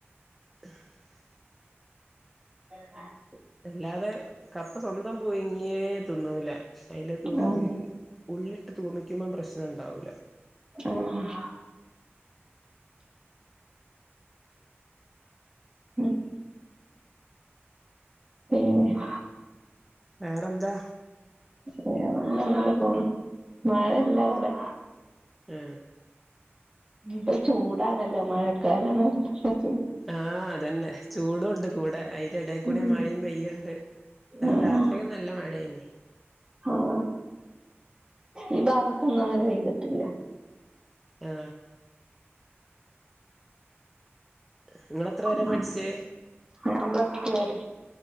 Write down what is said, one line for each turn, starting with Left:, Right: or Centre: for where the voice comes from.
Centre: <unintelligible>
Right: ആ ആ.. <inaudible>
Centre: അല്ലാതെ കപ്പ സ്വന്തം പുയിങ്ങിയ തിന്നൂല അതില് തു
Right: ആഹ്
Centre: ഇ. <unintelligible> ഉള്ളിട്ട് തൂബിക്കുമ്പം പ്രശ്നം ഉണ്ടാവും...
Right: ആഹ.. <inaudible> ഉ പിന്നെ..
Centre: വെറെന്ത..
Right: വെറെന്നുല്ല ങ്ങനെ പോണ് മഴ ഇല്ലേ ഇവിടെ...
Centre: ആ..
Right: ഇപ്പൊ ചൂടാണല്ലോ <unintelligible> <inaudible>
Centre: ആഹ് അതന്നെ ചൂടു ഉണ്ട് കൂടെ അയ്.. ഏടെ കൂടെ
Right: ഉം
Centre: മഴയും പെയ്യുണ്ട് ഇന്നലെ
Right: ആഹ്
Centre: രാത്രി യൊക്കെ നല്ല മഴേന്ന്..
Right: ആ ഈ ഭാഗത്തൊന്നും അങ്ങനെ പെ യ്തിട്ടില്ല...
Centre: ആഹ.. നിങ്ങള് എത്ര വരെ
Right: ഉം
Centre: പഠിച്ചേ
Right: ഞാൻ പ്ലസ്റ്റു വരെ...